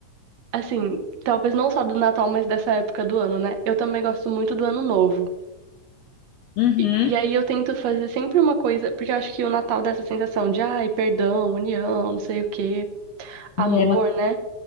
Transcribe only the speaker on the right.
assim, talvez não só do Natal, mas dessa época do ano, né? Eu também gosto muito do Ano Novo.
E, e aí eu tento fazer sempre uma coisa, porque eu acho que o Natal dá essa sensação de, ai, perdão, união, não sei o quê, amor,
né?